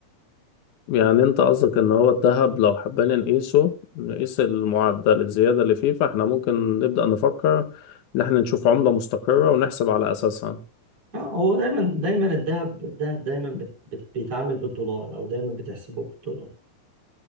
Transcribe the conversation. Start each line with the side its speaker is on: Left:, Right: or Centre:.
Left: يعني انت قصدك ان هو الذهب لو حبينا نقيسه نقيس المعدل الزيادة اللي فيه فاحنا ممكن نبدأ نفكر ان احنا نشوف عملة مستقرة ونحسب على اساسها
Right: اه هو دايما دايما الذهب الذهب دايما بت- بت- بيتعامل بالدولار او دايما بتحسبه بالدولار